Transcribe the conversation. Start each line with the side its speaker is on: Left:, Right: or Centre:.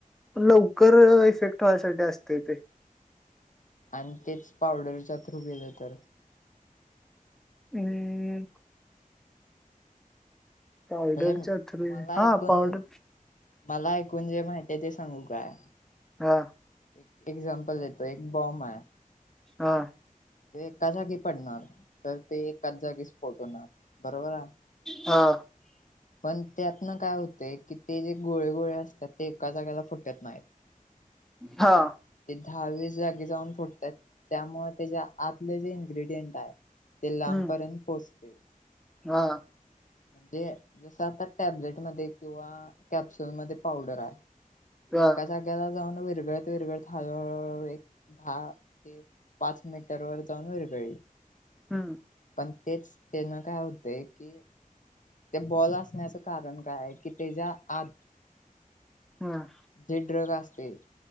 Centre: लवकर इफेक्ट होयसाठी असते ते
Left: आणि तेच पावडरचा थ्रू गेले तर
Centre: हम् पावडरच्या
Left: म्हणजे
Centre: थ्रू
Left: मला
Centre: हा
Left: ऐकून
Centre: पावडर
Left: मला ऐकून जे माहिित ते सांगू काय
Centre: हा
Left: एक एक्झाम्पल देतो एक बॉम्ब आहे
Centre: हा
Left: ते कसा की पडणार तर ते एकाच जागीच पोटवणार बरोबर आहे
Centre: हा
Left: पण त्यातन काय होतय की ते जे गोळे गोळे असतात ते एका जागेला फुटत नाहीत <inaudible>
Centre: हा
Left: ते दहावीस जागी जाऊन फुटतात त्यामुळे त्याच्या आतले जे इन्ग्रेडियंट आहे ते लांबपर्यंत
Centre: हम्म
Left: पोहोचते
Centre: हा
Left: ह म्हणजे जसं आता टॅबलेट मध्ये किंवा कॅप्सुल मध्ये पावडर आहे ते
Centre: हा
Left: कसा ्याला जाऊन विरगळत विरगळत हळ एक दहा ते पाच मिनट र व जाऊन वरगळी
Centre: हम्म
Left: पण तेच तेन काय होतय की ते बॉल असण्याचं कारण काय आहे की त्याच्या आत
Centre: हम्
Left: जे ड्रग असते